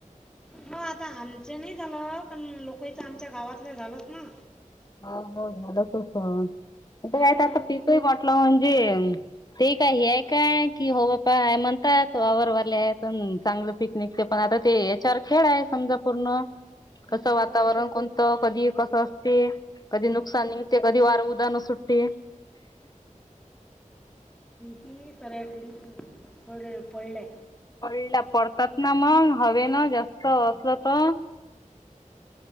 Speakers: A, in the centre; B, on the left.
A: म आता आमचं नाही झालं पण लोकइचा आमच्या गावातलं झालंच ना.
B: हो हो झालं तसं
A: हो
B: न तर काय आता पीकही वाटलं म्हण जे अं ते काय हे आहे काय की हो बप्पा हाय म्हणतात आवरवाले आहे त मंग चांग चांगलं पिकनिक ते पण आता ते याच्यावर खेळ आहे समजा पूर्ण कसं
A: नाही तर
B: वातावरण
A: काय
B: कोणतं कधी कसं असते. कधी नुकसान निंगते, कधी वारा उदान सुटते.
A: ती सऱ्याकडे पड पड पडल्या.
B: पडला पडतात ना मग हवे ना जास् त असलं तर